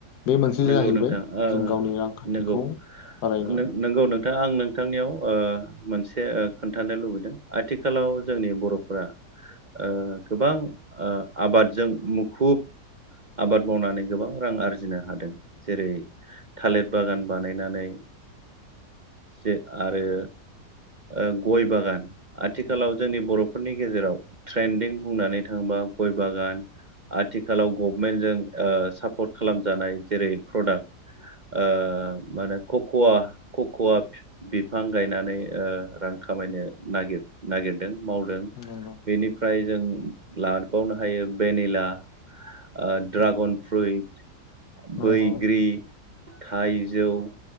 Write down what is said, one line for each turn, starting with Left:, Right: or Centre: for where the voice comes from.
Left: बे मोनसे
Right: नोंगौ
Left: जाहैबाय
Right: नोंथां ओ
Left: जों गावनि रांखान्थिखौ
Right: नंगौ
Left: बारायनो
Right: नों-नंगौ नोंथां आं नोंथांनियाव ओ मोनसे ओ खोन्थानो लुबैदों आथिखालाव जोंनि बर'फोरा ओ गोबां ओ आबादजों मुखुब आबाद मावनानै गोबां रां आरजिनो हादों जेरै थालिर बागान बानायनानै जे आरो ओ गय बागान आथिखालाव
Left: नंगौ
Right: जोंनि बर'फोरनि गेजेराव ट्रेन्दिं बुंनानै थाङोबा गय बागान आथिखालाव गभमेन्टजों ओ सापर्ट खालामजानाय जेरै प्रडाक्ट ओ मा होनो कक'वा कक'वा फिफ बिफां गायनानै ओ रां खामायनो नागिर नागिरदों मावदों
Left: नंगौ
Right: बेनिफ्राय जों लादबावनो हायो भेनिला ओ ड्रागन
Left: नंगौ
Right: फ्रुइट
Left: नंगौ
Right: बैग्रि थाइजौ